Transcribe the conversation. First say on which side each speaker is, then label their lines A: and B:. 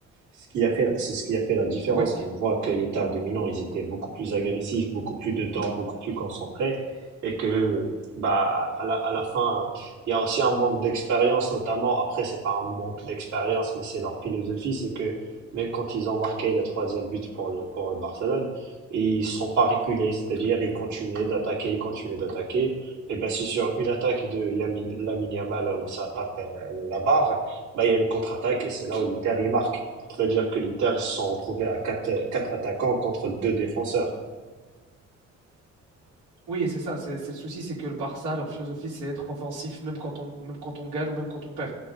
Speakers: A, on the right (about 70°); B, on the right (about 90°).
A: ce qui a fait, la- c'est ce qui a fait la différence.
B: Oui.
A: On voit que l'État de Milan, ils étaient beaucoup plus agressifs, beaucoup plus dedans, beaucoup plus concentrés, et que bah à la, à la fin, il y a aussi un manque d'expérience, notamment. Après, c'est pas un manque d'expérience, mais c'est leur philosophie, c'est que même quand ils ont marqué le troisième but pour le pour le Barcelone, ils sont pas reculés, c'est-à-dire ils continuaient d'attaquer, ils continuaient d'attaquer. Et ben c'est sur une attaque de Yamin, Lamine Yamal où ça tape euh, la barre, bah il y a une contre-attaque et c'est là où l'Inter il marque. C'est-à-dire que l'Inter se sont retrouvés à quatre, euh, quatre attaquants contre deux défenseurs.
B: Oui, c'est ça, c'est c'est le souci, c'est que le Barça, leur philosophie, c'est être offensif, même quand on, même quand on gagne ou même quand on perd.